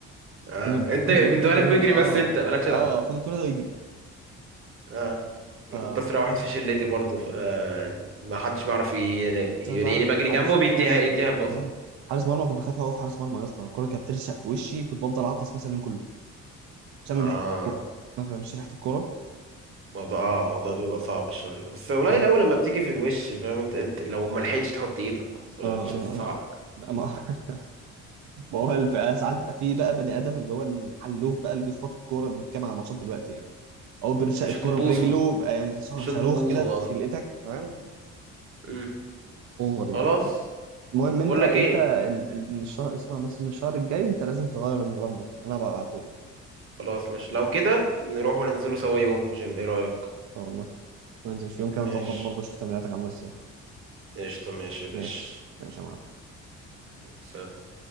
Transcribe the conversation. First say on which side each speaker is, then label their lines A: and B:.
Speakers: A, on the right (about 45°); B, on the right (about 70°).
A: اه
B: كان
A: انت
B: كنت
A: بيدوها
B: كان بيقول
A: لك ويجري
B: لي اه
A: بس انت مالكش دعوه
B: اه خد الكرة ده ويجري
A: آه.
B: ف
A: انا كنت اسرع واحد في شلتي برضه ف ما حدش بيعرف ي- يلاقيني
B: بس انا فعلا
A: بجري
B: حارس
A: جنبه
B: حارس
A: بيديها يديها الباص
B: اه حارس مرمى كنت بخاف اقف حارس مرمى يا اسطى الكرة كانت بترشق في وشي كنت بفضل اعطس مثلا اليوم كله عشان
A: اه
B: من ريحة الكورة مثلا مش ريحة الكرة
A: الموضوع اه الموضوع بيبقى صعب شويه بس قليل
B: مم.
A: الاول لما بتيجي في الوش فاهم انت انت لو ما لحقتش تحط ايدك فش-
B: آه آه
A: صعب
B: آه. لا ما <laughs> ما هو الف- ساعات بقى في بقى بني ادم اللي هو الحلوف بقى اللي بيخبط الكوره ده كام على ماتشات دلوقتي يعني او بيرشق
A: بشوط
B: الكوره
A: ببوظه
B: برجله بقى يعني تحسه
A: بشوط
B: صاروخ
A: ببوظه
B: كده
A: اه
B: في خلقتك فاهم
A: مم.
B: اوفر يعني
A: خلاص
B: المهم
A: بقول
B: انت انت
A: لك ايه
B: ال- ال- من الشهر اسمع بس من الشهر الجاي انت لازم تغير النظام ده انا بقى ابعتهولك
A: خلاص مش لو كده نروح وننزلوا سوا يوم جيم ايه رايك
B: ان شاء الله وننزل في يوم كده
A: ماشي
B: نظبط برضه شوف تمريناتك عامله ازاي
A: قشطه ماشي يا باشا
B: ماشي ماشي يا معلم
A: سلام.